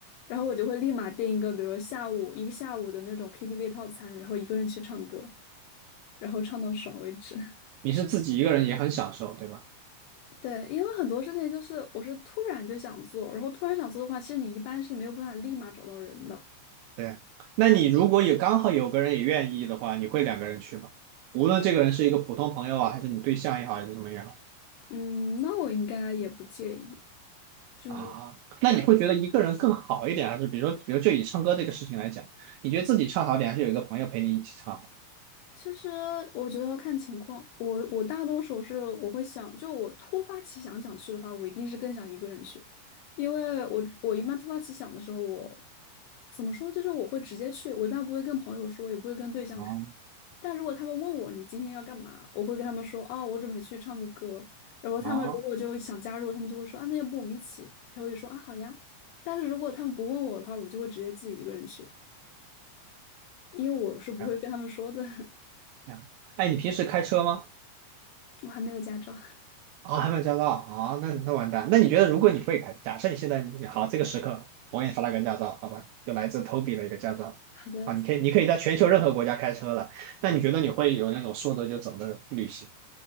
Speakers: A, on the left; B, on the right.
A: 然后我就会立马订一个，比如说下午一个下午的那种 KTV 套餐，然后一个人去唱歌，然后唱到爽为止。<laughs>
B: 你是自己一个人也很享受，对吧？
A: 对，因为很多事情就是我是突然就想做，然后突然想做的话，其实你一般是没有办法立马找到人的。
B: 对，那你如果有刚好有个人也愿意的话，你会两个人去吗？无论这个人是一个普通朋友啊，还是你对象也好，还是什么也好
A: 嗯，那我应该也不介意。就
B: 啊，那你会觉得一个人更好一点，还是比如说，比如就以唱歌这个事情来讲，你觉得自己唱好点，还是有一个朋友陪你一起唱好？
A: 其实我觉得要看情况，我我大多数是我会想，就我突发奇想想去的话，我一定是更想一个人去，因为我我一般突发奇想的时候，我怎么说就是我会直接去，我一般不会跟朋友说，也不会跟对象说。
B: 哦，
A: 但如果他们问我你今天要干嘛，我会跟他们说啊，我准备去唱个歌。然后他们如果就想加入，
B: 啊，
A: 他们就会说啊，那要不我们一起？然后我就说啊，好呀。但是如果他们不问我的话，我就会直接自己一个人去。因为我是不会跟他们说的，
B: 这样
A: <laughs>
B: 这样。哎，你平时开车吗？
A: 我还没有驾照。
B: 啊，还没有驾照啊，那那完蛋。那你觉得，如果你会开，假设你现在好，这个时刻我给你发了个驾照，好吧，就来自 Toby 的一个驾照啊，
A: 好的，
B: 你可以你可以在全球任何国家开车了。
A: 谢谢。
B: 那你觉得你会有那种说走就走的旅行